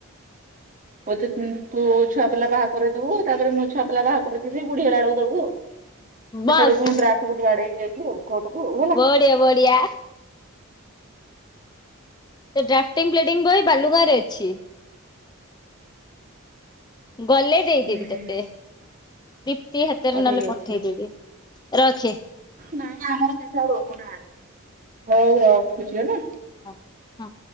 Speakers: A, on the right (about 35°); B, on the left (about 20°).
A: ବୋଧେ ତ ଛୁଆ ପିଲା ବାହା କରିଦବୁ ତାପରେ ମ ଛୁଆ ପିଲା ବାହା କରିଦିବି ବୁଢୀ ହେଲା ବେଳକୁ ଦବୁ। ସେତେବଳକୁ
B: ବାସ୍
A: ମୁ ଡ୍ରାଫ୍ଟ ଗୋଟେ ବାଦେଇକି ନେବି କୋର୍ଟକୁୁ ହେଲା।
B: ବଢିଆ ବଢିଆ। ସେ ଡ୍ରାଫ୍ଟଟିଂ ପ୍ଲିଡିଙ୍ଗ ବହି ବାଲୁଗାଁରେ ଅଛି। ଗଲେ ଦେଇଦେବି
A: ହୁଁ ହୁଁ।
B: ତତେ ଦୀପ୍ତି ହାତରେ
A: ହଉ ଠିକ
B: ନହେଲେ ପଠେଇଦେବି।
A: ଅଛି
B: ରଖେ।
A: ନାଇଁ ଆମର ସେଠି ଆଉ ରହୁନାହାନ୍ତି ହଉ ରଖୁଛି ହେଲା।
B: ହଁ ହଁ